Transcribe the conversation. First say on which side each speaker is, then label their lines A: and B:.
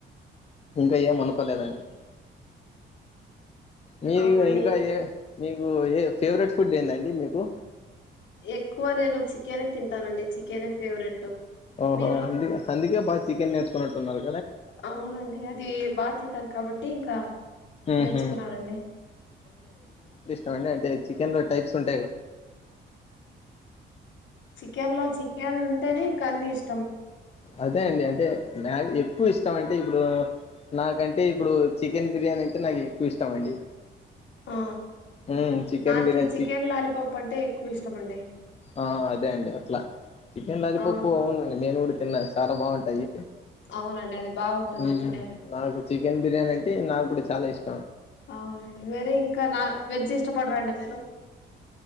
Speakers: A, on the left; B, on the left.
A: ఇంక ఏం అనుకోలేదండి మీరు
B: అవునండి
A: ఇంకా ఏ మీకు ఏ ఫేవరెట్ ఫుడ్ ఏందడి మీకు
B: ఎక్కువ నేను చికెనే తింటానండి చికెనే ఫేవరెట్
A: ఓహో
B: మీరు
A: అదు అదుకే బ చికెన్ నేర్చుకోట్టున్నారు
B: అవునండి అది బాగా తింటాను కాబట్టి ఇంకా
A: ఉహు
B: నేర్చుకున్నానండి
A: తో డ టె చికెన్ లో టైప్స్ ఉంట
B: చికెన్ లో చికెన్ అంటేనే కన్నెస్
A: అదే అండి అంటే నా మ్యాడ్ ఇప్ కువ్ ఇష్టం అంటే ఇప్పుడు నాకంటే ఇప్పుడు చికెన్ బిర్యానీ అంటే నాకు ఎక్కువ ఇష్టం అండి
B: ఆ
A: మ్మ్ చికెన్
B: నాకు
A: బిర్యానీ
B: చికెన్ లాలీపాప్ అంటే ఎక్కువ ఇష్టమండి
A: ఆ అదే అండి అట్ల ఎ లాలీపాప్
B: ఆ
A: బాగుదాడి నేను తిన్న చాలా బాగుంటాయి
B: అవునండి అది బాగుంటుంది
A: మ్మ్
B: తినాల
A: నాకు చికెన్ బిర్యానీ అంటె నగ్గుడ చాలా ఇష్
B: అవునండి వేరే ఇంక నా వెజ్ ఇష్టపడరాండి మీరు